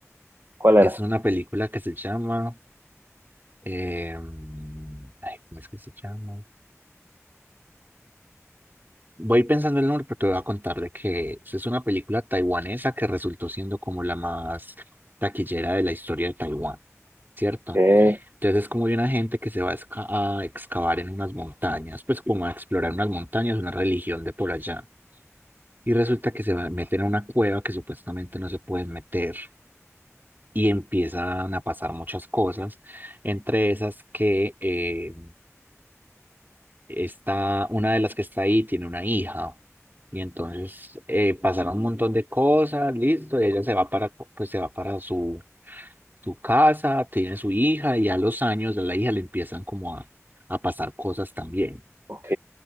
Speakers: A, on the right; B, on the right.
A: ¿Cuál era?
B: Es una película que se llama... eh, ay, ¿cómo es que se llama? Voy pensando el nombre, pero te voy a contar de que es Es una película taiwanesa que resultó siendo como la más taquillera de la historia de Taiwán, ¿cierto?
A: Ok,
B: Entonces es como de una gente que se va a, esca- a excavar en unas montañas, pues como a explorar unas montañas, una religión de por allá. Y resulta que se va a meter en una cueva que supuestamente no se pueden meter y empiezan a pasar muchas cosas, entre esas que eh, está, una de las que está ahí tiene una hija. Y entonces eh, pasaron un montón de cosas, listo, y ella se va para, pues se va para su su casa, tiene su hija y a los años de la hija le empiezan como a, a pasar cosas también.
A: ok.